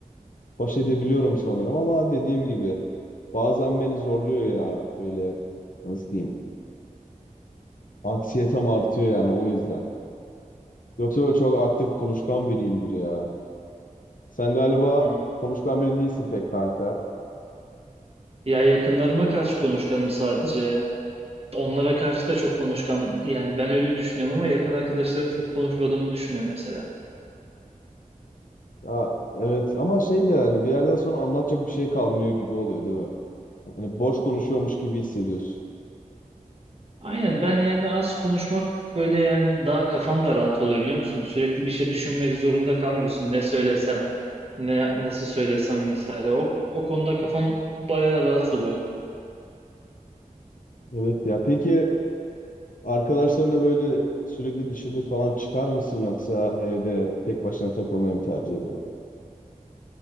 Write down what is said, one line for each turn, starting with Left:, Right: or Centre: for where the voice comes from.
Left: baş edebiliyorum sanırım ama dediğim gibi bazen beni zorluyor ya böyle nasıl diyeyim anksiyetem artıyor yani o yüzden. Yoksa böyle çok aktif konuşkan biriyimdir ya. Sen galiba
Right: Hı.
Left: konuşkan biri değilsin pek kanka.
Right: Ya yakınlarıma karşı konuşkanım sadece ya. Onlara karşı da çok konuşkan yani ben öyle düşünüyorum ama yakın arkadaşlarım çok konuşmadığımı düşünüyor mesela.
Left: Ya evet ama şey de hani bir yerden sonra anlatacak bir şey kalmıyor gibi oluyor değil mi? Hani boş konuşuyormuş gibi hissediyorsun.
Right: Aynen ben yani az konuşmak böyle yani daha kafam da rahat oluyor biliyor musun? Sürekli bir şey düşünmek zorunda kalmıyorsun. Ne söylesem, ne nasıl söylesem vesaire. O, o konuda kafam bayağı rahat oluyor.
Left: Evet ya peki arkadaşlarınla böyle sürekli dışarı falan çıkar mısın yoksa evde tek başına takılmayı mı tercih ediyorsun?